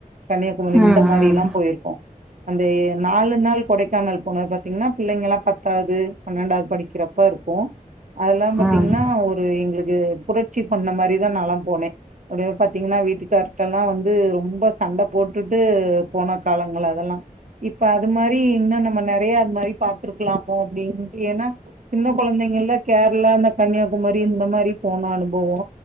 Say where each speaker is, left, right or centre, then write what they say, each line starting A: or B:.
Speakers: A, on the right; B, in the centre.
A: கன்னியாகுமரி
B: ம்
A: இந்த மாரி
B: ம்
A: எல்லாம் போயிருக்கோம். அந்த நாலு நாள் கொடைக்கானல் போனது பாத்தீங்கன்னா புள்ளைங்கல்லாம் பத்தாவது பன்னெண்டாவது படிக்கிறப்பா இருக்கும். அதெல்லாம்
B: ம்
A: பாத்தீங்கன்னா ஒரு எங்களுக்கு இது புரட்சி பண்ண மாரிதான் நா லாம் போனேன் அப்படிய பாத்தீங்கன்னா வீட்டுக்கார்டெல்லாம் வந்து ரொம்ப சண்டை போட்டுட்டு போன காலங்கள் அதெல்லா இப்ப அது மாரி இன்னும் நம்ம நிறைய அது மாதிரி பாத்துிருக்கலாமோ அப்படின்னு ஏன்னா சின்ன குழந்தைங்கல கேரளா இந்த கன்னியாகுமரி இந்த மாரி போனு அனுபவோ